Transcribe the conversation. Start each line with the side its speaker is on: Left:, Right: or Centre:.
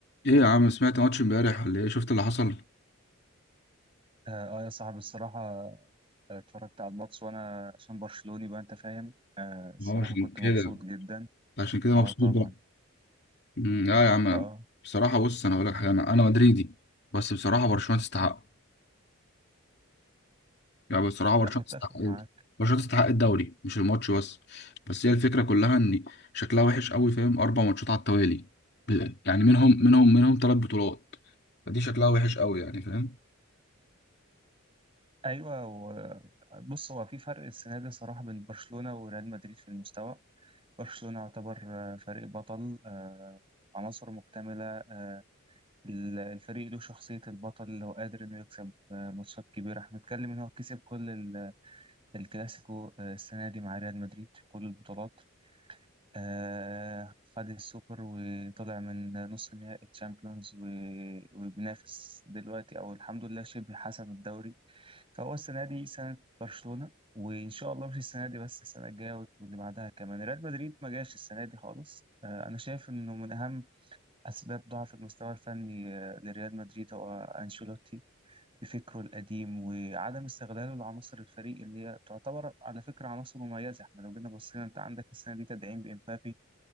Left: ايه يا عم سمعت ماتش امبارح ولا ايه شفت اللي حصل
Right: اه آه يا صاحبي الصراحة آه، اتفرجت على الماتش وانا عشان برشلوني بقى انت فاهم آه الصراحة
Left: هو عشان
Right: كنت
Left: كده
Right: مبسوط جدا
Left: عشان كده
Right: اه
Left: مبسوط
Right: طبعا
Left: بقى امم، اه يا عم
Right: اه آه.
Left: بصراحه بص انا هقول لك حاجه انا انا مدريدي بس بصراحه برشلونه تستحق يعني بصراحه برشلونه
Right: لا متفق
Left: تستحق
Right: معاك
Left: ايه ده؟ برشلونه تستحق الدوري مش الماتش بس بس هي الفكره كلها ان شكلها وحش قوي فاهم اربع ماتشات على التوالي ب- يعني منهم منهم منهم ثلاث بطولات فدي شكلها وحش قوي يعني فاهم
Right: ايوه و- بص هو في فرق السنة دي صراحة بين برشلونة وريال مدريد في المستوى برشلونة يعتبر آه، فريق بطل آه عناصره مكتملة ال- الفريق له شخصية البطل اللي هو قادر انه يكسب آه، ماتشات كبيرة احنا بنتكلم ان هو كسب كل ال- الكلاسيكو آه، السنة دي مع ريال مدريد في كل البطولات آه خد السوبر وطلع من نص نهائي الشامبيونز و- وبينافس دلوقتي او الحمد لله شبه حسم الدوري فهو السنه دي سنه برشلونه وان شاء الله مش السنه دي بس السنه الجايه واللي بعدها كمان ريال مدريد ما جاش السنه دي خالص آه انا شايف انه من اهم اسباب ضعف المستوى الفني آه، لريال مدريد هو انشيلوتي بفكره القديم وعدم استغلاله لعناصر الفريق اللي هي تعتبر على فكره عناصر مميزه احنا لو جينا بصينا انت عندك السنه دي تدعيم بامبابي